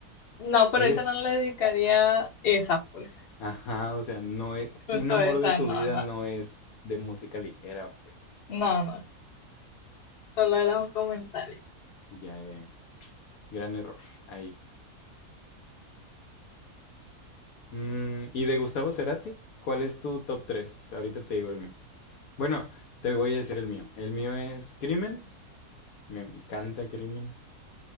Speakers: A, on the left; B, on the left.
A: No, pero
B: es,
A: esa no le dedicaría esa, pues.
B: ajá, o sea, no es,
A: Justo
B: un amor
A: esa,
B: de tu
A: no,
B: vida
A: no,
B: no es de música ligera, pues,
A: no, no, solo era un comentario.
B: ya, eh, gran error ahí. Mm, ¿y de Gustavo Cerati? ¿Cuál es tu top 3? Ahorita te digo el mío. Bueno, te voy a decir el mío. El mío es Crimen, me encanta Crimen.